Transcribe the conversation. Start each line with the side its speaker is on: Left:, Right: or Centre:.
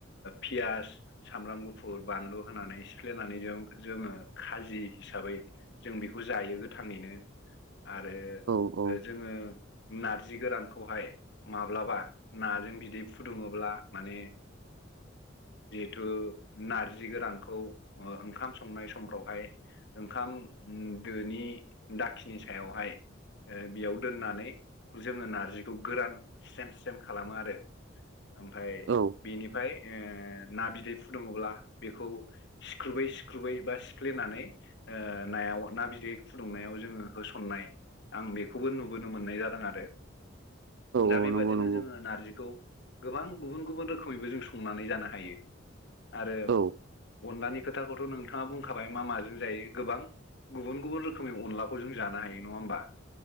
Left: पियास सामब्राम गुफुर बानलु होनानै सिफ्लेनानै जों जोङो खाजि हिसाबै जों बेखौ जायो गोथाङैनो आरो
Right: औ
Left: ओ जोङो नारजि गोरानखौहाय माब्लाबा नाजों बिदै फुदुङोब्ला माने जिथु नारजि गोरानखौ ओ ओंखाम संनाय समफ्रावहाय ओंखाम उम दोनि दाखिनि सायावहाय ओ बेयाव दोननानै जोङो नारजिखौ गोरान स्रेम स्रेम खालामो आरो। ओमफफ्राय
Right: औ
Left: बेनिफ्राय ओ ना बिदै फुदुङोब्ला बेखौ सिख्रुबै सिख्रुबै बा सिफ्लेनानै ओ नायाव ना बिदै फुदुंनायाव जोङो होसननाय आं बेखौबो नुबोनो मोननाय जादों आरो दा
Right: औ
Left: बेबादिनो
Right: नंगौ नंगौ
Left: जोङो नारजिखौ गोबां गुबुन गुबुन रोखोमैबो जों संनानै जानो हायो। आरो
Right: औ
Left: अनलानि खोथाखौथ' नोंथाङा बुंखाबाय मा माजों जायो गोबां गुबुन गुबुन रोखोमनि अनलाखौ जों जानो हायो नङा होमबा